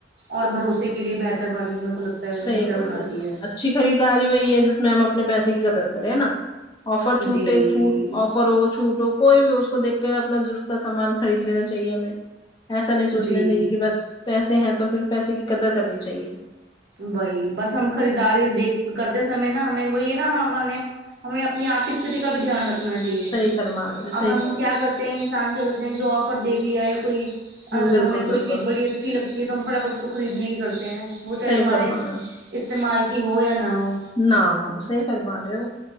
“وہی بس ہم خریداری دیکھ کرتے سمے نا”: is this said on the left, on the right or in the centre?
Right